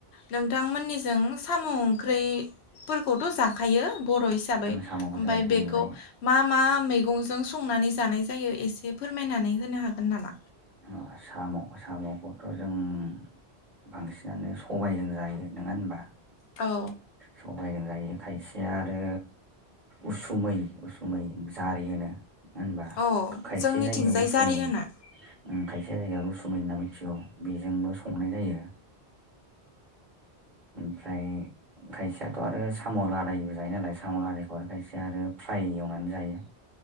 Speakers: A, on the left; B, on the right.
A: नोंथांमोननिजों साम' ओंख्रिफोरखौथ' जाखायो- बर' हिसाबै
B: ओं साम'खौ
A: ओमफाय
B: जायो
A: बेखौ
B: ओं जायो
A: मा मा- मैगंजों संनानै जानाय जायो एसे फोरमायनानै होनो हागोन नामा?
B: ओ साम' साम'खौथ' जों- बांसिनानो सबायजों जायो नोङा होनबा?
A: औ
B: सबाइजों जायो खायसेया आरो उसुमै उसुमै जारि होनो नङा होनबा
A: औ
B: खायसे
A: जोंनिथिंजाय
B: जायगायाव गसु
A: जारि
B: मोनो
A: होनो
B: ओम खायसे जायगायाव रुसुमि होनना मिथिगौ बेजोंबो संनाय जायो। ओमफ्राय खायसेयाथ' आरो साम' लादायबो जायो नालाय साम' लादायखौ आरो खायसेया आरो फ्राय एवनानै जायो